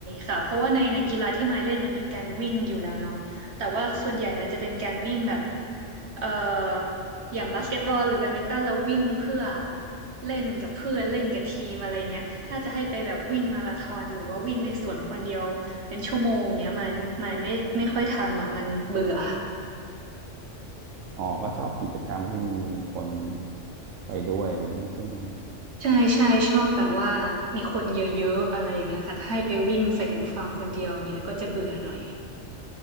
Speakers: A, on the right; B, on the right.
A: ค่ะเพราะว่าในในกีฬาที่มายเล่นมันมีการวิ่งอยู่แล้วเนาะแต่ว่าส่วนใหญ่มันจะเป็นการวิ่งแบบเอ่ออย่างบาสเกตบอลหรือแบดมินตันเราวิ่งเพื่อเล่นกับเพื่อนเล่นกับทีมอะไรเงี้ยถ้าจะให้ไปแบบวิ่งมาราธอนหรือว่าวิ่งในสวนคนเดียวเป็นชั่วโมงเงี้ยมายมายไม่ไม่ค่อยทำอ่ะมันเบื่อ
B: อ๋อก็ชอบกิจกรรมที่มันมีคนไปด้วยอะไรอย่างนี้ใช่ไหมฮะ
A: ใช่ใช่ชอบแบบว่ามีคนเยอะๆอะไรอย่างเงี้ยค่ะถ้าให้ไปวิ่งใส่หูฟังคนเดียวเงี้ยก็จะเบื่อหน่อย